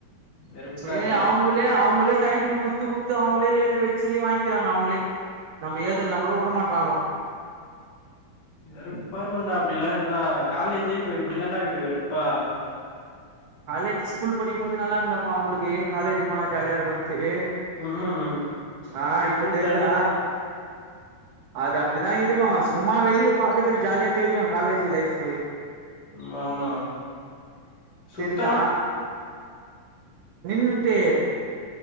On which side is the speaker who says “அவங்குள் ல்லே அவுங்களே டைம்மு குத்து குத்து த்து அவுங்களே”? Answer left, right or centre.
Right